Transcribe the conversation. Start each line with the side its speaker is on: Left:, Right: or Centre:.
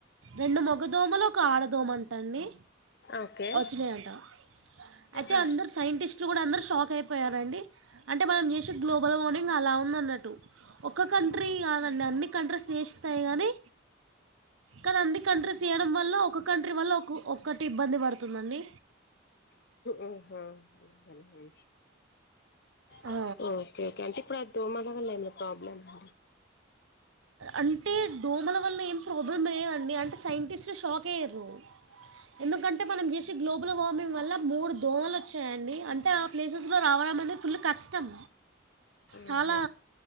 Right: రెండు మగదోమలు ఒక ఆడదోమ అంటండి
Left: ఓకే
Right: వచ్చినయంట అయితే
Left: ఆ.
Right: అందరు సైంటిస్ట్ గుడా అందరు షాక్ అయిపోయారండి అంటే మనం చేసే గ్లోబల్ వార్మింగ్ అలా ఉందన్నట్టు ఒక కంట్రీ గాదండి అన్ని కంట్రీస్ చేస్తాయి గానీ కానన్ని కంట్రీస్ చేయడం వల్ల ఒక కంట్రీ వల్ల ఒక ఒక్కటి ఇబ్బంది పడుతుందండి
Left: ఓహా అలాగన ఓక
Right: ఆ,
Left: ఓకే అంటే ఇప్పు అ దోమద వల్ ఏమ ప్రాబ్ల అండి
Right: అంటే దోమల వల్ల ఏం ప్రాబ్లం లేదండి అంటే సైంటిస్ట్లు షాక్ అయ్యారు నువ్వు ఎందుకంటే మనం చేసే గ్లోబల్ వార్మింగ్ వల్ల మూడు దోమలు వచ్చాయండి అంటే ప్లేసెస్లో రావడం అనేది ఫుల్ కష్టం చాలా
Left: ఉహు.